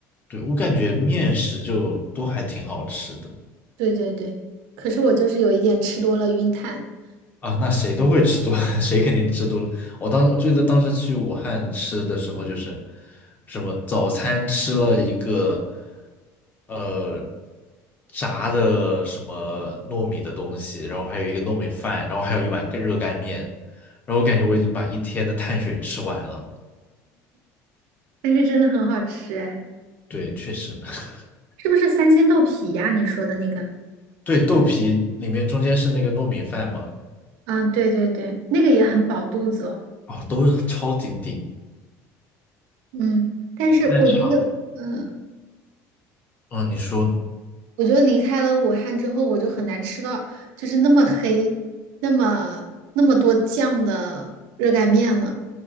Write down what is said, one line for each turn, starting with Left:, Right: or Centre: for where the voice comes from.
Left: 对，我感觉面食就都还挺好吃的
Right: 对对对，可是我就是有一点吃多了晕碳。
Left: 啊。那谁都会吃多，<laughs> 谁肯定吃多了我当记得当时去武汉吃的时候，就是什么早餐吃了一个呃炸的什么糯米的东西，然后还有一个糯米饭，然后还有一碗干热干面，然后我感觉我已经把一天的碳水吃完了。
Right: 但是真的很好吃哎，
Left: 对，确实，<laughs>
Right: 是不是三鲜豆皮呀？你说的那个？
Left: 对，豆皮里面中间是那个糯米饭嘛，
Right: 啊，对对对，那个也很饱肚子哦。
Left: 哦，都是超级顶。
Right: 嗯，但是我觉得，
Left: 对，在场，
Right: 嗯，
Left: 嗯，你说，
Right: 我觉得离开了武汉之后，我就很难吃到就是那么黑、那么那么多酱的热干面了。